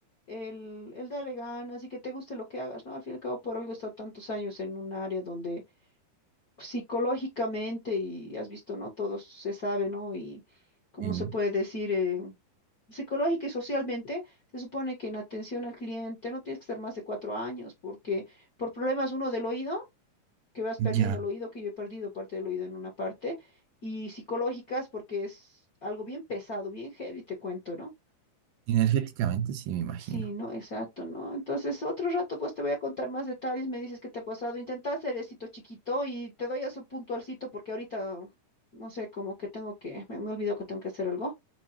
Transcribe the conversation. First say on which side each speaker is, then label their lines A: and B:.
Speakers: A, on the left (about 40°); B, on the right (about 80°).
A: el, el darle ganas y que te guste lo que hagas, ¿no? Al fin y al cabo, por algo he estado tantos años en un área donde psicológicamente y has visto, ¿no? Todo se sabe, ¿no? Y cómo
B: Sí,
A: se puede decir, eh, psicológica y socialmente, se supone que en atención al cliente no tienes que estar más de cuatro años, porque por problemas uno del oído, que vas perdiendo
B: ya,
A: el oído, que yo he perdido parte del oído en una parte, y psicológicas porque es algo bien pesado, bien heavy, te cuento, ¿no?
B: energéticamente sí, me imagino.
A: Sí, no, exacto, ¿no? Entonces, otro rato, pues te voy a contar más detalles, me dices qué te ha pasado. Intenta hacer éxito chiquito y te doy eso puntualcito porque ahorita, no sé, como que tengo que, me, me olvidó que tengo que hacer algo.